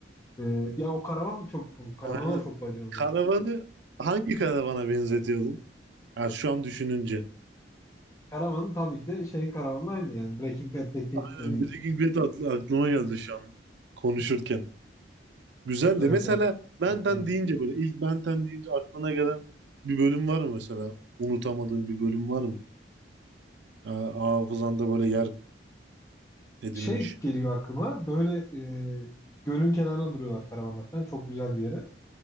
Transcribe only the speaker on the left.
Ee, ya o karavan çok karavana
da çok bayılıyordum
ben. küçükken.
Karavan tabii ki de şeyin karavanla aynı yani Breaking Bad'deki
e,
evet,
evet.
O benzer.
Şey geliyor aklıma böyle e, gölün kenarına duruyorlar karavanla falan çok güzel bir yere.